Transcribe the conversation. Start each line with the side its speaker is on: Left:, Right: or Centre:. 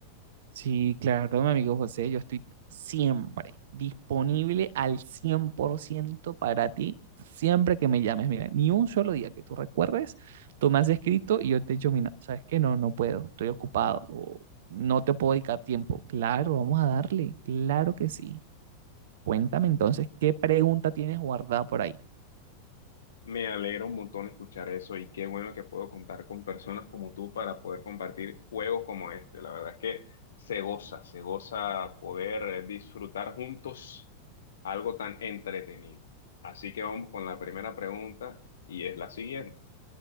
Right: Sí, claro, mi amigo José, yo estoy siempre disponible al 100% para ti, siempre que me llames. Mira, ni un solo día que tú recuerdes, tú me has escrito y yo te he dicho, mira, ¿sabes qué? No, no puedo, estoy ocupado o no te puedo dedicar tiempo. Claro, vamos a darle, claro que sí. Cuéntame entonces, ¿qué pregunta tienes guardada por ahí?
Left: Me alegra un montón escuchar eso y qué bueno que puedo contar con personas como tú para poder compartir juegos como este. La verdad es que se goza, se goza poder eh, disfrutar juntos algo tan entretenido. Así que vamos con la primera pregunta y es la siguiente.